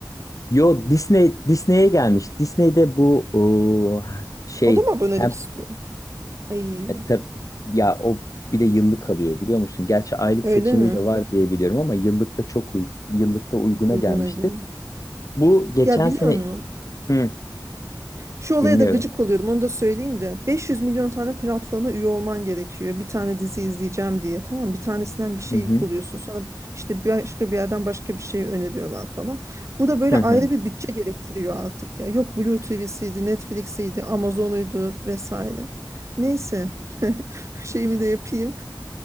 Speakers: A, on the left; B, on the right.
A: Yo Disney Disney'e gelmiş. Disney'de bu o, şey
B: O da mı abonelik
A: hem
B: istiyor? Ay
A: e, tab- ya o bir de yıllık alıyor biliyor musun? Gerçi aylık
B: öyle
A: seçeneği
B: mi?
A: de var diye biliyorum ama yıllıkta çok uy- yıllıkta uyguna
B: Uyguna
A: gelmişti.
B: göre.
A: Bu geçen
B: Ya biliyor
A: sene
B: musun?
A: Hı,
B: Şu olaya
A: dinliyorum.
B: da gıcık oluyordum onu da söyleyeyim de 500 milyon tane platforma üye olman gerekiyor bir tane dizi izleyeceğim diye tamam bir tanesinden bir şey
A: Hı hı.
B: buluyorsun sonra işte başka bir yerden başka bir şey öneriyorlar falan bu da böyle
A: <laughs>
B: ayrı bir bütçe gerektiriyor artık ya yok Blue TV'siydi Netflix'iydi Amazon'uydu vesaire neyse <laughs> şeyimi de yapayım